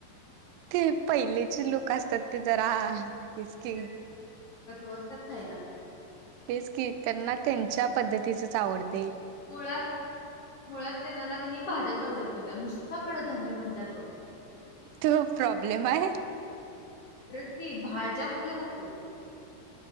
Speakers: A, on the right; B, on the left.
A: ते पहिलेचे लोक असतात ते जरा च क
B: खरंच कसं असतात खायला
A: तेच कि त्यांना त्यांच्या पद्धतीचच आवडतं
B: मुळात मुळात त्यांनाला क भाज्याच आवडत नाही त्या नुसता्याकडं धान्य म्हणतात बघ,
A: तो प्रॉब्लेम आहे.
B: कि भाज्या म्हणजे नको,